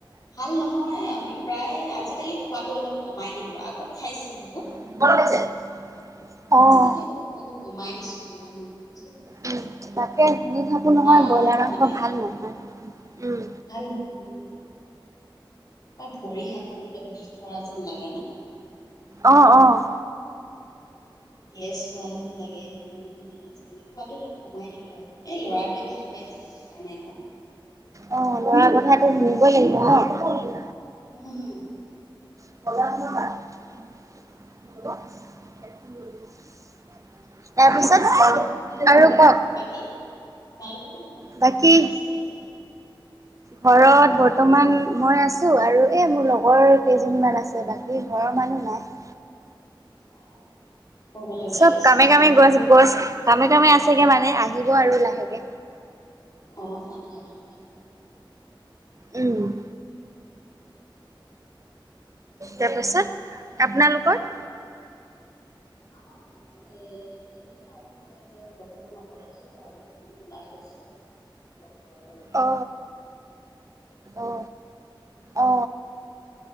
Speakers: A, on the left; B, on the right.
A: ভাল নহয় আমি প্ৰায় আজিকালি খোৱাটো অলপ কমাই দিলো আগত খাইছিলো বহুত
B: <unintelligible> অ',
A: আজিকালি অলপ খোৱাটো কমাই দিছোঁ বয়লা মাংস
B: উম, তাকে শুনি থাকো
A: ভাল
B: ব্ৰইলাৰ
A: নহয়
B: মাংস
A: মানে
B: ভাল নহয়। উম।
A: ভাল নহয় কিবা ভৰি হাতবোৰ বিষ কৰা যেন লাগে ন
B: অ অ
A: গেছ হোৱা যেন লাগে সেইকাৰণে মানে আজিকালি খোৱাটো অলপ কমাই দিলো আৰু এ ল'ৰাটোৱে ভাল পাই যে সেইকাৰণে আকৌ
B: অ লৰা কথাতো শুনিবই লাগিব ন
A: উম
B: <unintelligible>
A: <unintelligible>
B: টস্ক সেটো তাৰপিছত আৰু কওক
A: বাকী তোমালোকৰ ঘৰত
B: বাকী
A: সবে আছে এতিয়া
B: ঘৰত বৰ্তমান মই আছো আৰু এ মোৰ লগৰ কেইজনীমান আছে বাক বাকী ঘৰৰ মানুহ নাই
A: <unintelligible> ওলাই
B: চব
A: গৈছে
B: কামে কামে গৈছ গৈছে কামে কামে আছেগে মানে আহিব আৰু লাহেকে
A: অ সন্ধিয়া হলেহে আহিব ন
B: উম তাৰপিছত আপোনালোকৰ
A: আমাৰ ই এ তেনেকুৱাই আমাৰ মই এতিয়া বৰ্তমান অকলে আছো লৰাটো অকমান ওলাই গৈছে লোক ঘৰত
B: অ অ অ